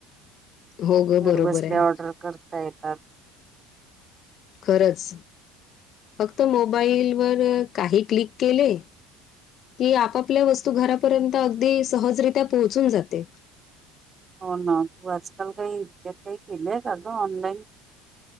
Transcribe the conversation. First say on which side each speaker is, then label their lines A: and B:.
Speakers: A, on the left (about 50°); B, on the right (about 30°).
A: हो ग,
B: घर
A: बरोबर
B: बसल्या
A: आहे.
B: ऑर्डर करता येतात
A: खरंच फक्त मोबाईलवरर काही क्लिक केले की आपापल्या वस्तू घरापर्यंत अगदी सहजरित्या पोहोचून जाते
B: हो ना तू आजकाल काही इतक्यात काही केलंय का ग ऑनलाईन